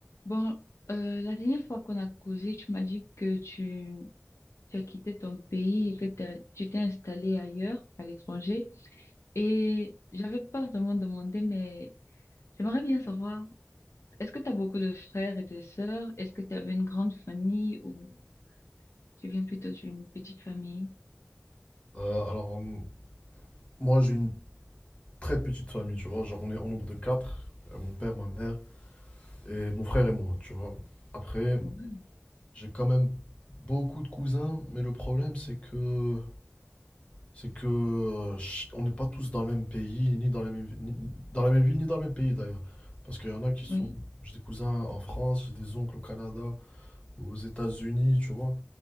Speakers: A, on the left; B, on the left.
A: Bon, euh, la dernière fois qu'on a causé, tu m'as dit que tu, tu as quitté ton pays et que t'as- tu t'es installé ailleurs, à l'étranger. Et j'avais pas vraiment demandé, mais j'aimerais bien savoir, est-ce que tu as beaucoup de frères et de sœurs? Est-ce que tu avais une grande famille ou tu viens plutôt d'une petite famille?
B: Euh, alors, on- moi, j'ai une très petite famille, tu vois. Genre, on est au nombre de quatre. Euh, Mon père, ma mère et mon frère et moi, tu vois. Après,
A: Oui,
B: j'ai quand même beaucoup de cousins, mais le problème, c'est que, c'est que euh, ch- on n'est pas tous dans le même pays, ni dans les mêmes vi- ni- dans la même ville, ni dans le même pays d'ailleurs. Parce qu'il y en a qui sont,
A: oui,
B: j'ai des cousins en France, j'ai des oncles au Canada, aux États-Unis, tu vois.